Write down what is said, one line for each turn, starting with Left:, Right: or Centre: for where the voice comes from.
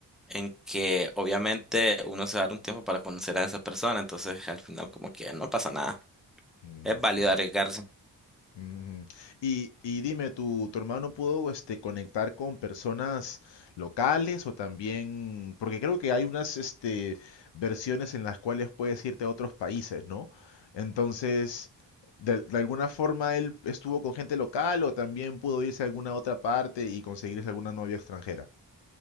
Centre: en que obviamente uno se va a dar un tiempo para conocer a esa persona, entonces al final como que no pasa nada.
Left: Ujú.
Centre: Es válido arriesgarse.
Left: Ujú. Y, y dime, ¿tu, tu hermano pudo este, conectar con personas locales o también, porque creo que hay unas este, versiones en las cuales puedes irte a otros países, ¿no? Entonces, de, de alguna forma él estuvo con gente local o también pudo irse a alguna otra parte y conseguirse alguna novia extranjera.